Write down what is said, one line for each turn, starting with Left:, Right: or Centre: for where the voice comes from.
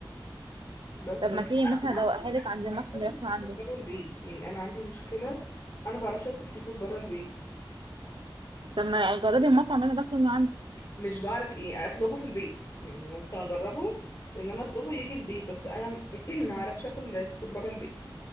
Left: بس
Right: طب ما
Left: انا
Right: تيجي مثلا
Left: اصلا
Right: ادوقها
Left: عامة انا
Right: لك عند
Left: ما
Right: المطعم
Left: بعرفش اكل
Right: اللي باكله
Left: سي
Right: عنده
Left: فود بره البيت يعني انا عندي مشكلة انا ما بعرفش اكل سي فود بره البيت
Right: طب ما جربي المطعم اللي انا باكله من عنده
Left: مش بعرف ايه اطلبه في البيت يعني ممكن اجربه ان انا اطلبه يجي البيت بس انا <clears throat> م- ما اعرفش اكل سي فود بره البيت